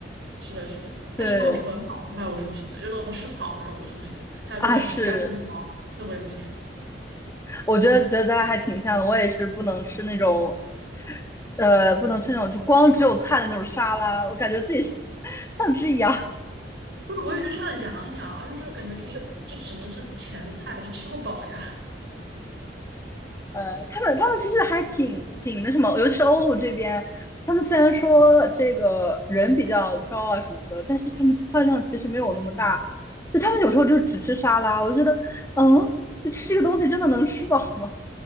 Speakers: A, on the right; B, on the left.
A: 是的，是的，但是那种纯好吃派我是不行的，
B: 对
A: 就那种吃草那种我是不行的，还有就是那种吃干锅面包，
B: 啊，是，
A: 那我也不行。
B: 我觉得觉得咱俩还挺像的。我也是不能吃那种，呃，不能吃那种就光只有菜的那种沙拉，我感觉自己 <laughs> 像只羊。
A: 就是我也觉得像羊一样，而且就感觉就是这只能是前菜，就吃不饱呀。
B: 呃，他们他们其实还挺挺那什么，尤其是欧陆这边，他们虽然说这个人比较高啊什么的，但是他们饭量其实没有那么大，就他们有时候就只吃沙拉。我就觉得，嗯，就吃这个东西真的能吃饱吗？